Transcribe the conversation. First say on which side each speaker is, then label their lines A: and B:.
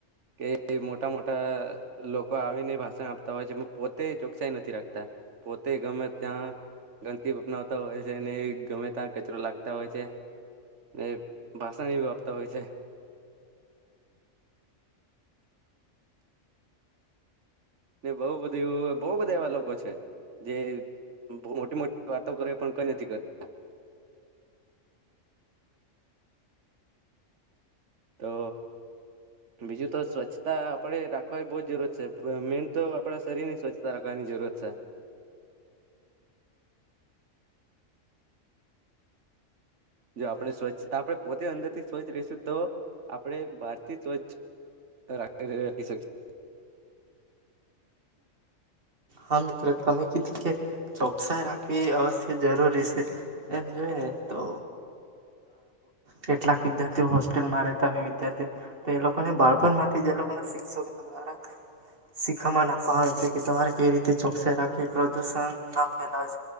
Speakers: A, on the right; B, on the right.
A: છે, કે મોટા મોટા લોકો આવીને ભાષણ આપતા હોય છે પોતે ચોકસાઈ નથી રાખતા, પોતે ગમે ત્યાં ગંદકી અપનાવતા હોય છે ને ગમે ત્યાં કચરો લાગતા હોય છે, ને ભાષા આપતા હોય છે. ને બહુ બધું બહુ બધા એવા લોકો છે, જે મોટી મોટી વાતો કરે પણ કઈ નથી કરતા. તો બીજું તો સ્વચ્છતા આપણેે રાખવાની બહ જ જરૂરત છે મેન તો આપણા શરીરની સ્વચ્છતા રાખવાની જરૂર છે. જો આપણે સ્વચ્છ આપણે પોતે અંદરથી સ્વચ્છ રહીશું તો, આપણે બહારથી સ્વચ્છ રા રાખી શકી
B: હા મિત્ર, તમે કીધું કે ચોકસાઈ રાખવી અવશ્ય જરૂરી છે, એમ જોઈ ને તો કેટલાક વિદ્યાર્થીઓ હોસ્ટેલમાં રહેતા હોય વિદ્યાર્થીઓ, તો એ લોકોને બાળપણ માંથી લોકોના શિક્ષકો દ્વારા શીખામન આપવા આવે છે કે તમારે કેવી રીતે તે ચોકસાઈ રાખી પ્રદુષણ ના ફેલા